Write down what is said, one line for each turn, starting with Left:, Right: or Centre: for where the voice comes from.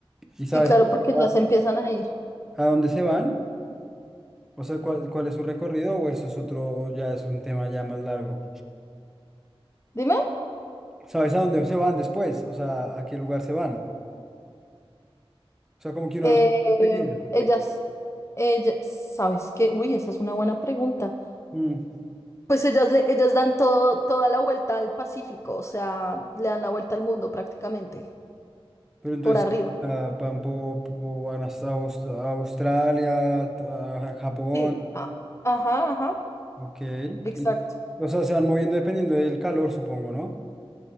Centre: ¿Y sabes
Left: Sí, claro, porque
Centre: a,
Left: ya
Centre: a-
Left: se empiezan a ir.
Centre: a dónde se van? O sea, ¿cuál, cuál es su recorrido o eso es otro, o ya es un tema ya más largo?
Left: Dime,
Centre: ¿Sabes a dónde se van después? O sea, ¿a qué lugar se van? O sea, como que uno
Left: eh,
Centre: las puede seguir.
Left: ellas, ellas, ¿sabes qué? Uy, esa es una buena pregunta.
Centre: Mm,
Left: Pues ellas, le- ellas dan todo, toda la vuelta al Pacífico, o sea, le dan la vuelta al mundo prácticamente,
Centre: Pero entonces
Left: por arriba.
Centre: ah, van, po- po- van hasta Aus- a Australia, a Japón.
Left: Sí. Ah, ajá, ajá,
Centre: Ok.
Left: exacto.
Centre: Y, o sea, se van moviendo dependiendo del calor, supongo, ¿no?